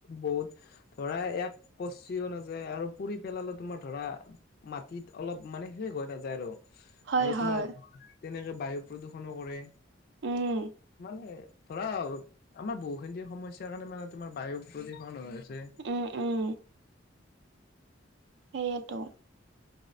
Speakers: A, on the left; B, on the right.
A: বহুত- ধৰা ইয়াক পচিও নাযায় আৰু পুৰি পেলালে তোমাৰ ধৰা মাটিত- অলপ মানে শেষ হৈ নাযায় আৰু
B: হয়
A: আৰু
B: হয়
A: তোমাৰ তেনেকে বায়ু প্ৰদূষণো কৰে।
B: উম
A: মানে ধৰা- আমাৰ বহুখিনি সমস্যাৰ কাৰণে মানে তোমাৰ বায়ু প্ৰদূষণ হৈ আছে।
B: উম উম সেয়েতো।